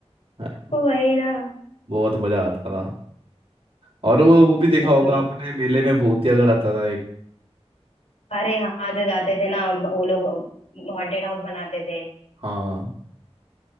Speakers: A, on the right; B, on the left.
A: हाँ,
B: वही ना
A: बहुत मजा आता था और वो वो
B: यार
A: भी देखा
B: सच
A: होगा
B: में
A: आपने मेले में भूतिया घर आता था एक
B: अरे हाँ जो जाते थे ना वो लोग हॉन्टेड हाउस बनाते थे
A: हाँ